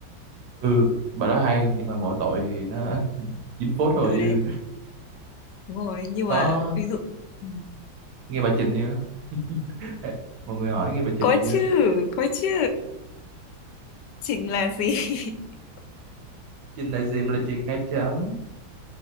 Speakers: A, on the right; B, on the left.
A: ừ bà đó hay nhưng mà mỗi tội thì nó <laughs> dính phốt rồi
B: Ừ
A: chứ
B: đấy, đúng rồi. Nhưng
A: có
B: mà ví dụ ừ.
A: nghe bà Trình chưa <laughs> mọi người hỏi nghe bà Trình
B: có
A: chưa
B: chứ, có chứ. Chính là gì? <laughs>
A: Trình là gì mà là chuyện ngay chấm